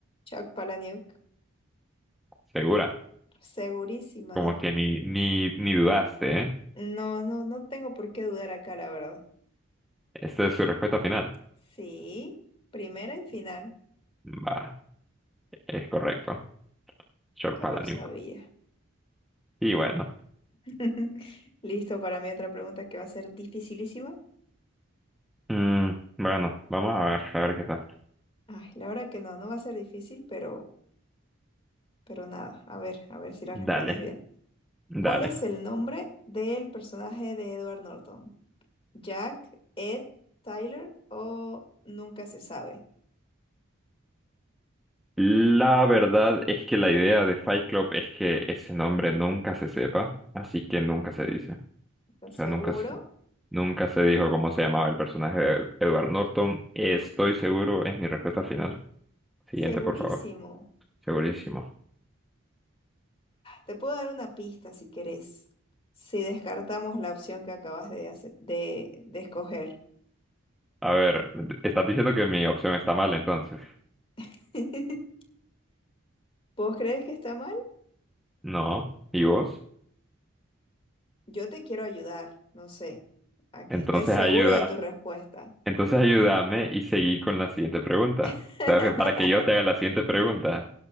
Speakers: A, on the left; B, in the centre.
A: Chuck Palahniuk,
B: Segura,
A: segurísima.
B: como que ni, ni, ni dudaste, ¿eh?
A: No, no, no tengo por qué dudar acá, la verdad.
B: Esta es su respuesta final.
A: Sí, primera y final.
B: Va, es correcto. Shock
A: Ya
B: Palahniuk.
A: lo sabía.
B: Y bueno,
A: <laughs> Listo para mi otra pregunta que va a ser dificilísima.
B: mm, bueno, vamos a ver, a ver qué tal.
A: Ay, la verdad que no, no va a ser difícil, pero, pero nada. A ver, a ver si la respondes
B: Dale,
A: bien.
B: dale.
A: ¿Cuál es el nombre del personaje de Edward Norton? ¿Jack, Ed, Tyler o nunca se sabe?
B: La verdad es que la idea de Fight Club es que ese nombre nunca se sepa, así que nunca se dice. O
A: ¿Estás
B: sea,
A: seguro?
B: nunca se, nunca se dijo cómo se llamaba el personaje de Edward Norton. Estoy seguro, es mi respuesta final. Siguiente,
A: Segurísimo.
B: por favor. Segurísimo.
A: Te puedo dar una pista si querés, si descartamos la opción que acabas de hacer- de, de escoger.
B: A ver, estás diciendo que mi opción está mal, entonces.
A: <laughs> ¿Vos crees que está mal?
B: No. ¿Y vos?
A: Yo te quiero ayudar, no sé, a que
B: Entonces
A: estés seguro
B: ayuda.
A: de tu respuesta.
B: Entonces ayúdame y seguí con la siguiente pregunta.
A: <laughs>
B: ¿Sabes? que Para que yo te haga la siguiente pregunta.